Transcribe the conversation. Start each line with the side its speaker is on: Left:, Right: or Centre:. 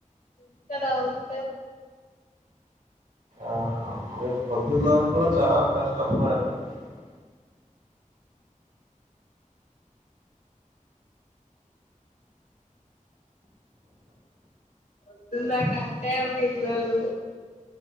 Left: ఇక్కడ ఉంటే
Right: ఆహా మీరు వద్దుల్లా కూడా చాలా కష్టపయేటస్తున్నా
Left: వద్దు నాకంటే పిల్లలు